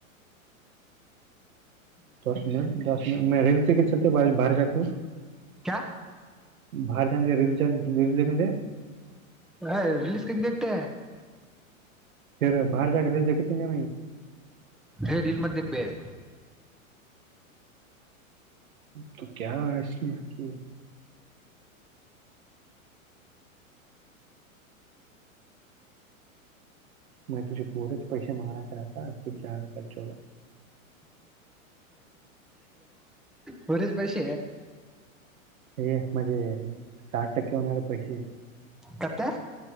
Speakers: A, on the right; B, in the centre.
A: ದ ಮಿನಿಟ್ ದ ಮಿನಿಟ್ ಮ ರೈಲ್ ಕಟ್ ಚಲತ ಬರೆ ಚಕು.
B: ಕ್ಯಾ.
A: ಬಾರಿ ಚ ರ ರ ದ
B: ಹ ರಿಲೀಸ್ ಹಂಟ್ಟೆ
A: ರ್ ಬಹಾರ ಜಕ ರಬೇಕ ತಿಗೆ
B: ಹ ರೀಲ್ ಮ ದಬೇಕ
A: ಕ ಇಲಿ ಹಾಕಿ ಮೈತ್ೃಷಿ ಪೂರಚ್ ಪೈಸ ಮಾಂಗನಾಕಾರರಕ ಅಚ್ಯುಬ್ ಜಾವಡ್ಕರ್ ಚೋಡ
B: ಬರ ಪೈಷ
A: ಹ ಮೆ ಸಾಠ ಕೆ ಹನೆ ಪೈಸ
B: ಕತೆ